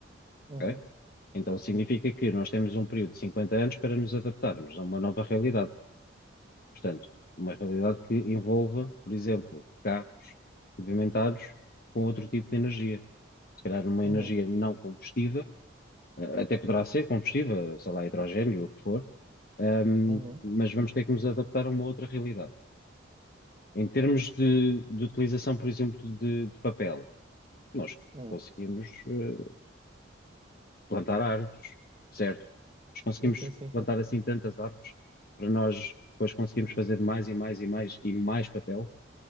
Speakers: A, on the right; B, on the left.
A: Uhum.
B: ok? Então, significa que nós temos um período de 50 anos para nos adaptarmos a uma nova realidade. Portanto, uma realidade que envolva, por exemplo, carros movimentados com outro tipo de energia. Se calhar uma
A: Uhum.
B: energia não combustível, eh, até poderá ser combustível, sei lá, hidrogênio ou o que for, ehm,
A: Uhum.
B: mas vamos ter que nos adaptar a uma outra realidade. Em termos de, de utilização, por exemplo, de de papel nós
A: Uhum.
B: conseguimos eh, plantar árvores, certo? Nós conseguimos
A: Sim, sim, sim.
B: plantar assim tantas árvores para nós depois conseguirmos fazer mais e mais e mais e mais papel?